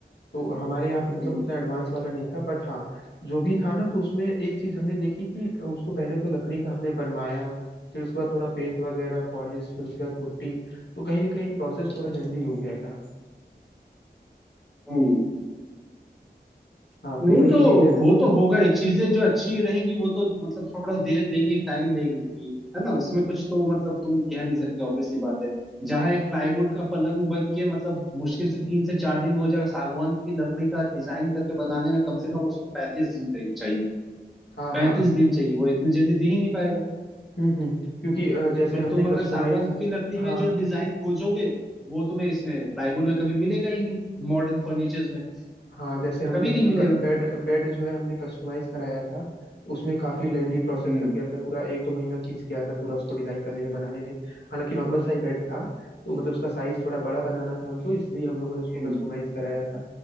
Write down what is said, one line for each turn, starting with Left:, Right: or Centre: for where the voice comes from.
Left: तो हमारे यहाँ पे मतलब
Centre: हम्म
Left: उतना एडवांस वाला नहीं था बट हाँ जो भी था ना तो उसमें एक चीज हमने देखी कि उसको पहले तो लकड़ी का हमने बनवाया फिर उसके बाद थोड़ा पेंट वगैरह पॉलिश फिर उसके बाद पुट्टी तो कहीं ना कहीं प्रोसेस थोड़ा लेंदी हो
Centre: हम्म
Left: गया था
Centre: हम्म
Left: हाँ
Centre: नहीं
Left: तो वही
Centre: तो
Left: चीज है
Centre: वो तो होगा ही चीजें जो अच्छी रहेंगी वो तो मतलब थोड़ा देर लेंगी टाइम लेंगी है ना इसमें कुछ तो मतलब तुम कह नहीं सकते ऑब्वियसली बात है जहां एक प्लाईवुड का पलंग बन के मतलब मुश्किल से तीन से चार दिन में हो जाएगा सागवान की लकड़ी का डिजाइन करके बनाने में कम से कम उसको पैंतीस दिन चाहिए चाहिए
Left: हाँ
Centre: पैंतीस
Left: हाँ
Centre: दिन चाहिए वो इतनी जल्दी दे ही नहीं पाएगा
Left: हम्म हम्म क्योंकि अ, जैसे
Centre: पर
Left: हमने
Centre: तुम अगर
Left: कस्टमाइज
Centre: सागवान की लकड़ी
Left: हाँ
Centre: में जो डिजाइन खोजोगे वो तुम्हें इसमें प्लाईवुड में कभी मिलेगा ही नहीं मॉडर्न फर्नीचर्स में
Left: हाँ जैसे हमने
Centre: कभी
Left: अपना
Centre: नहीं मिलेगा
Left: बेड बेड जो है हमने कस्टमाइज कराया था उसमें काफी लेंदी प्रोसेस
Centre: हम्म
Left: लग गया था पूरा एक दो महीना खींच गया था पूरा उसको डिजाइन करने में बनाने में हालांकि नॉर्मल साइज बेड था तो मतलब उसका साइज थोड़ा बड़ा बनाना था हमको इसलिए हम लोगों ने उसको
Centre: हम्म
Left: कस्टमाइज कराया था